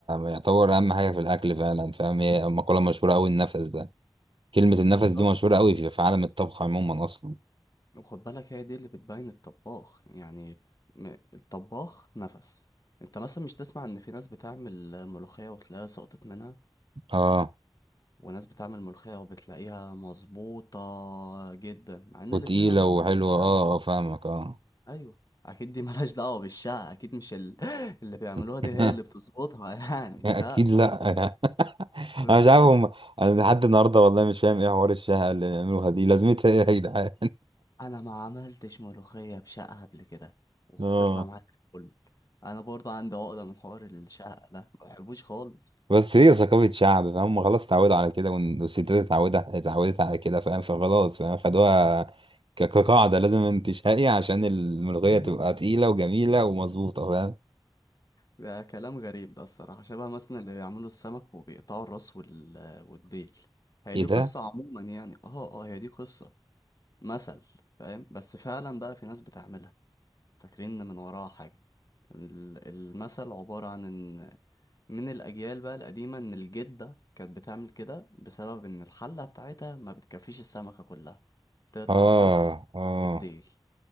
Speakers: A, on the right; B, on the left.
A: يعتبر أهم حاجة في الأكل فعلا فاهم هي مقولة مشهورة أوي النفس ده كلمة النفس
B: بالظبط
A: دي مشهورة قوي في في عالم الطبخ عموما أصلا
B: وخد بالك هي دي اللي بتبين الطباخ يعني م- الطباخ نفس انت مثلا مش تسمع ان في ناس بتعمل ملوخية وتلاقيها سقطت منها
A: اه
B: وناس بتعمل ملوخية وبتلاقيها مظبوطة جدا مع ان
A: وتقيلة
B: الاتنين عاملين
A: وحلوة
B: نفس الحاجة
A: اه اه فاهمك اه
B: ايوه اكيد دي ملهاش دعوة بالشقة اكيد مش ال... <laughs> اللي بيعملوها
A: <laughs>
B: دي هي اللي بتظبطها <laughs> يعني
A: أكيد
B: لا
A: لأ <laughs>
B: بالظبط
A: أنا مش عارف هم أنا لحد النهاردة والله مش فاهم إيه حوار الشهقة اللي بيعملوها دي لازمتها إيه يا جدعان
B: انا ما عملتش ملوخية بشقة قبل كده
A: <laughs>
B: وبتطلع
A: اه
B: معايا زي الفل انا برضه عندي عقدة من حوار الشقة ده ما بحبوش خالص
A: بس هي ثقافة شعب فهم خلاص اتعودوا على كده وإن- والستات اتعودت اتعودت على كده فاهم فخلاص فاهم خدوها ك- كقاعدة لازم انت شهقي عشان الملوخية
B: <laughs>
A: تبقى تقيلة وجميلة ومظبوطة فاهم
B: ده كلام غريب ده الصراحة شبه مثلا اللي بيعملوا السمك وبيقطعوا الراس وال... والديل هي
A: ايه
B: دي
A: ده؟
B: قصة عموما يعني اه اه هي دي قصة مثل فاهم بس فعلا بقى في ناس بتعملها فاكرين إن من وراها حاجة ال- المثل عبارة عن ان من الأجيال بقى القديمة ان الجدة كانت بتعمل كده بسبب ان الحلة بتاعتها ما بتكفيش السمكة كلها بتقطع
A: اه
B: الراس
A: اه
B: والديل